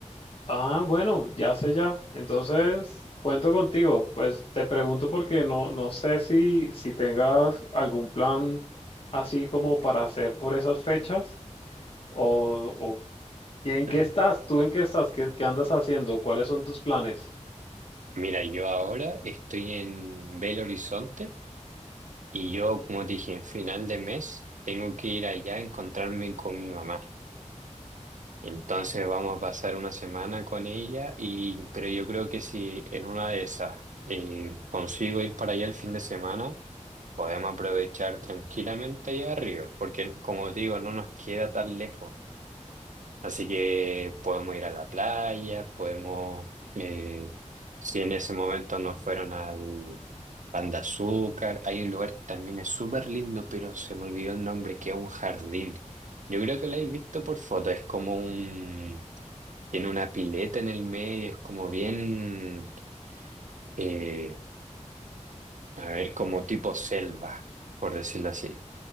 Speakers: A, on the left; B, on the right.
A: Ah, bueno, ya sé ya. Entonces, cuento contigo. Pues te pregunto porque no, no sé si, si tengas algún plan así como para hacer por esas fechas o, o ¿en qué
B: <clears throat>
A: estás? ¿Tú en qué estás? ¿Qué, qué andas haciendo? ¿Cuáles son tus planes?
B: Mira, yo ahora estoy en Belo Horizonte. Y yo, como te dije, en final de mes tengo que ir allá a encontrarme con mi mamá. Entonces vamos a pasar una semana con ella y pero yo creo que si en una de esas eh, consigo ir para allá el fin de semana, podemos aprovechar tranquilamente allá arriba, porque como te digo, no nos queda tan lejos. Así que podemos ir a la playa, podemos, eh, si en ese momento no fueron al Pan de Azúcar, hay un lugar que también es súper lindo, pero se me olvidó el nombre, que es un jardín. Yo creo que lo habéis visto por foto, es como un, tiene una pileta en el medio, es como bien, eh, a ver, como tipo selva, por decirlo así.